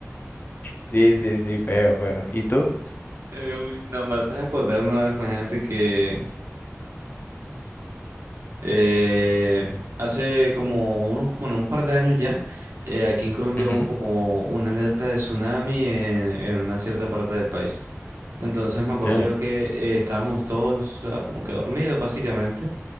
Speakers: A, on the left; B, on the right.
A: Sí, sí, sí, feo, feo. ¿Y tú?
B: Eh, uy, nada más acordar una vez, imagínate que eh,
A: Ujú,
B: hace como unos, bueno, un par de años ya, eh, aquí en Colombia
A: ujú,
B: hubo como una alerta de tsunami en, en una cierta parte del país. Entonces me
A: ok,
B: acuerdo yo que eh, estábamos todos ah, como que dormidos básicamente